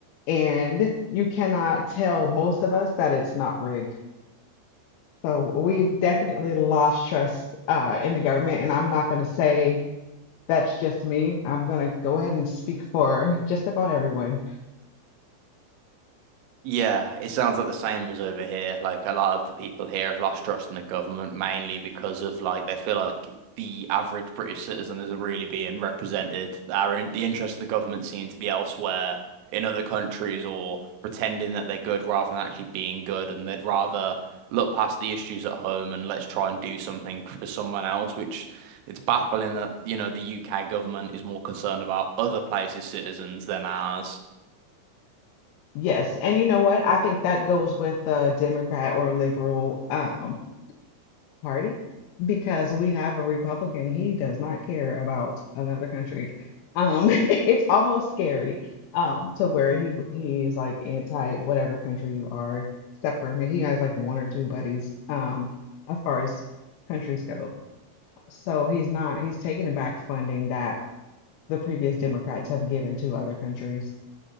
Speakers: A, on the left (about 80°); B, on the right (about 90°).
A: And you cannot tell most of us that it's not rigged. So we've definitely lost trust uh, in the government. And I'm not going to say that's just me. I'm going to go ahead and speak for just about everyone.
B: Yeah, it sounds like the same as over here. Like a lot of the people here have lost trust in the government mainly because of like they feel like the average British citizen isn't really being represented. Our in the interests of the government seem to be elsewhere in other countries or pretending that they're good rather than actually being good, and they'd rather look past the issues at home and let's try and do something for someone else, which it's baffling that, you know, the UK government is more concerned about other places' citizens than ours.
A: Yes, and you know what? I think that goes with the Democrat or liberal um, party because we have a Republican. He does not care about another country. Um, <laughs> it's almost scary um, to where he he is like anti whatever country you are, except for I mean, he has like one or two buddies um, as far as countries go. So he's not he's taking back funding that the previous Democrats have given to other countries